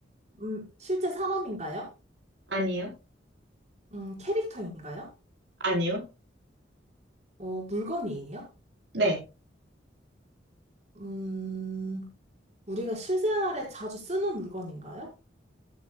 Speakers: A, on the right; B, on the right.
A: 음, 실제 사람인가요?
B: 아니요?
A: 음, 캐릭터인가요?
B: 아니요?
A: 어, 물건이에요?
B: 네.
A: 음, 우리가 실생활에 자주 쓰는 물건인가요?